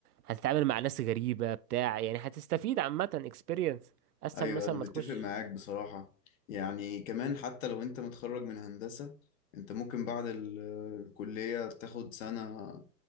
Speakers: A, on the right; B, on the left.
A: هتتعامل مع ناس غريبه بتاع يعني هتستفيد عامه experience اسهل
B: ايوه
A: مثلا
B: انا
A: ما
B: متفق
A: تخش
B: معاك بصراحه يعني كمان حتى لو انت متخرج من هندسه انت ممكن بعد ال- الكليه تاخد سنه